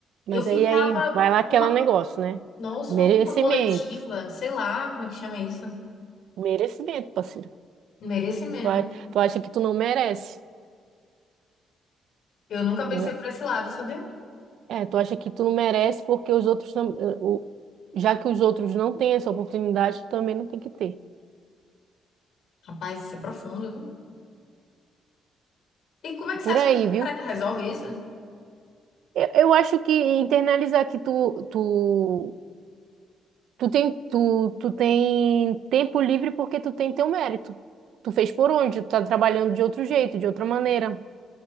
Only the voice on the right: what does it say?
Mas
aí, aí, vai lá aquele
negócio, né?
Merecimento.
Merecimento, parceiro.
Tu, a- tu acha que tu não merece.
entendeu?
É, tu acha que tu não merece porque os outros não, o, já que os outros não têm essa oportunidade, tu também não tem que ter.
Por
aí,
viu?
Eu, eu acho que internalizar que tu, tu, tu tem, tu, tu tem tempo livre porque tu tem teu mérito. Tu fez por onde? Tu tá trabalhando de outro jeito, de outra maneira.